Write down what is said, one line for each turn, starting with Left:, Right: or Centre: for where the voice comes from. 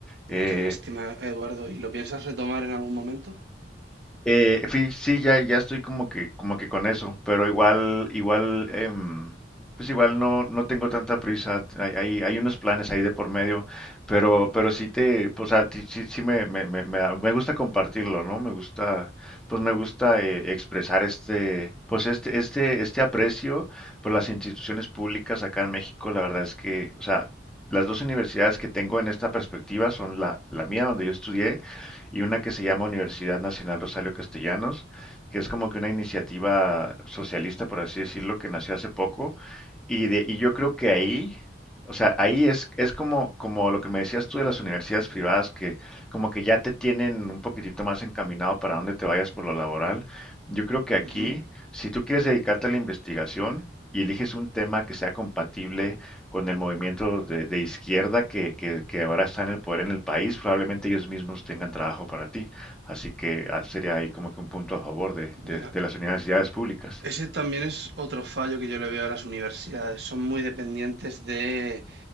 Centre: Eh,
Right: Qué lástima, Eduardo. ¿Y lo piensas retomar en algún momento?
Centre: Eh, fi- sí, ya, ya estoy como que, como que con eso, pero igual, igual, em, pues igual no, no tengo tanta prisa. Hay, hay, hay unos planes ahí de por medio, pero, pero sí te, pues, o sea, ti- sí, sí me, me, me, me da- me gusta compartirlo, ¿no? Me gusta, pues me gusta eh, expresar este, pues este, este, este aprecio por las instituciones públicas acá en México. La verdad es que, o sea, las dos universidades que tengo en esta perspectiva son la, la mía, donde yo estudié y una que se llama Universidad Nacional Rosario Castellanos, que es como que una iniciativa socialista, por así decirlo, que nació hace poco. Y, de, y yo creo que ahí, o sea, ahí es, es como, como lo que me decías tú de las universidades privadas, que como que ya te tienen un poquitito más encaminado para dónde te vayas por lo laboral. Yo creo que aquí,
Right: Ujú,
Centre: si tú quieres dedicarte a la investigación y eliges un tema que sea compatible con el movimiento de, de izquierda que, que, que ahora está en el poder en el país, probablemente ellos mismos tengan trabajo para ti. Así que ah, sería ahí como que un punto a favor de, de,
Right: Ya.
Centre: de las universidades públicas.
Right: Ese también es otro fallo que yo le veo a las universidades. Son muy dependientes de